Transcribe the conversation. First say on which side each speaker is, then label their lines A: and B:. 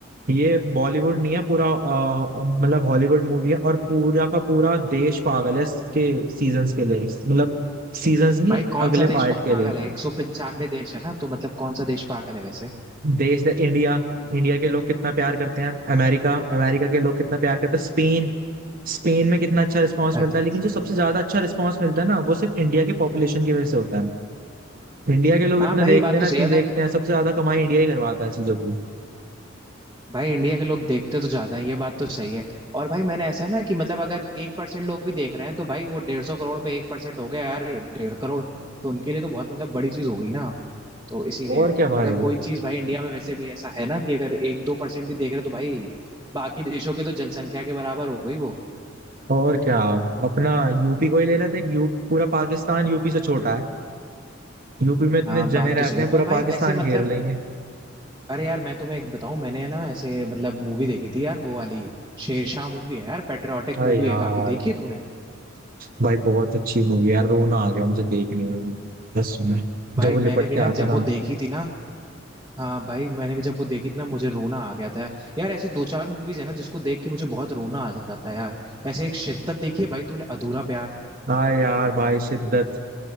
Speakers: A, on the right (about 45°); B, on the right (about 15°).
A: ये बॉलीवुड नहीं है पूरा अ, मतलब हॉलीवुड मूवी है और पूरा का पूरा देश पागल है इसके सीजन्स के लिए मतलब सीजन्स नहीं
B: भाई कौन
A: अगले
B: सा देश
A: पार्ट
B: पागल
A: के लिए
B: है एक सौ पंचानवे देश है ना तो मतलब कौन सा देश पागल है वैसे
A: देश है इंडिया इंडिया के लोग कितना प्यार करते हैं अमेरिका अमेरिका के लोग कितना प्यार करते हैं स्पेन स्पेन में कितना अच्छा रिस्पांस
B: अच्छा,
A: मिलता है लेकिन जो सबसे ज्यादा अच्छा रिस्पांस मिलता है ना वो सिर्फ इंडिया की पॉपुलेशन की वजह से होता है इंडिया के लोग
B: हाँ
A: इतना
B: भाई
A: देखते
B: बात
A: हैं
B: तो
A: ना
B: सही
A: इतनी
B: है
A: देखते
B: अगर
A: हैं सबसे ज्यादा कमाई इंडिया ही करवाता है चीजों की
B: भाई इंडिया के लोग देखते तो ज्यादा है ये बात तो सही है और भाई मैंने ऐसा है ना कि मतलब अगर एक परसेंट लोग भी देख रहे हैं तो भाई वो डेढ़ सौ करोड़ में एक परसेंट हो गया यार डेढ़ करोड़ तो उनके लिए तो बहुत मतलब बड़ी चीज हो गई ना तो इसीलिए
A: और क्या भाई
B: अगर कोई चीज भाई इंडिया में वैसे भी ऐसा है ना कि अगर एक दो परसेंट भी देख रहे हैं तो भाई बाकी देशों की तो जनसंख्या के बराबर हो गई वो
A: और क्या अपना यूपी को ही ले लेते हैं यू पूरा पाकिस्तान यूपी से छोटा है यूपी में इतने
B: हाँ बात
A: जने रहते
B: तो सही है
A: हैं पूरा
B: पर भाई
A: पाकिस्तान
B: वैसे मतलब
A: घेर लेंगे
B: अरे यार मैं तुम्हें एक बताऊं मैंने है ना ऐसे मतलब मूवी देखी थी यार वो वाली शेरशाह मूवी है यार पेट्रियाटिक
A: अरे
B: मूवी
A: यार
B: है काफी देखी है तूने
A: भाई बहुत अच्छी मूवी यार रोना आ गया मुझे देखने में बस में
B: भाई
A: जब वो लिपट
B: मैंने भी
A: के
B: ना
A: आता
B: जब
A: ना
B: वो देखी थी ना हाँ भाई मैंने भी जब वो देखी थी ना मुझे रोना आ गया था यार यार ऐसी दो चार मूवीज है ना जिसको देख के मुझे बहुत रोना आ जाता है यार ऐसे एक शिद्दत देखी है भाई तूने अधूरा प्यार
A: हाँ यार भाई शिद्दत